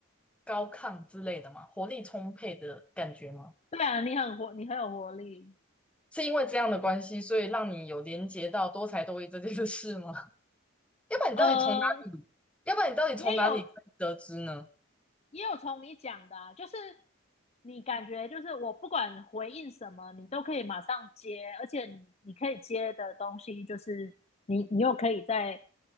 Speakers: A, in the centre; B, on the left (about 30°).
A: 高亢之类的嘛，活力充沛的感觉吗？
B: 对啊，你很活，你很有活力。
A: 是因为这样的关系，所以让你有连接到多才多艺这件事吗？要不然你到底从哪里？
B: 呃，
A: 要不然你到底从哪里可以得知呢？
B: 也有也有从你讲的啊，就是你感觉就是我不管回应什么，你都可以马上接，而且你你可以接的东西就是你你又可以在